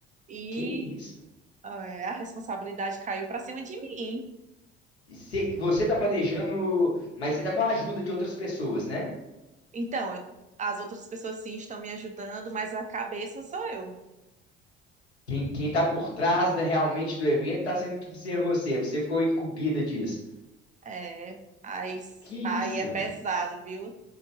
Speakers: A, on the right; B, on the left.
A: E
B: Que isso?
A: ah, é, a responsabilidade caiu para cima de mim.
B: E cê- você tá planejando, mas você tá com a ajuda de outras pessoas, né?
A: Então, eu- as outras pessoas sim estão me ajudando, mas a cabeça sou eu.
B: Quem, quem tá por trás da- realmente do evento tá sendo que ser você, você ficou incumbida disso.
A: É, aí,
B: Que
A: aí
B: isso?
A: é pesado, viu?